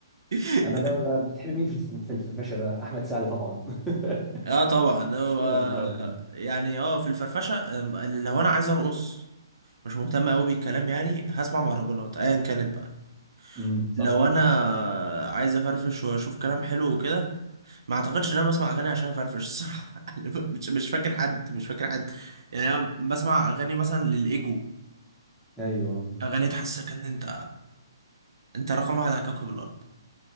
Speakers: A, on the right; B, in the centre.
A: <laughs>
B: انا بقى بقى- بتحب مين في الف- في الفشة بقى احمد سعد طبعا <laughs>
A: اه طبعا هو
B: يا نهار ابيض
A: يعني اه في الفرفشه آه، لو انا عايز ارقص مش مهتم قوي بالكلام يعني هسمع مهرجانات ايا كانت بقى
B: امم صح
A: لو انا عايز افرفش واشوف كلام حلو وكده ما اعتقدش ان انا بسمع اغاني عشان افرفش الصراحه <laughs> يعني مش مش فاكر حد مش فاكر حد يعني انا بسمع اغاني مثلا للايجو
B: ايوه
A: اغاني تحسسك ان انت انت رقم واحد على كوكب الارض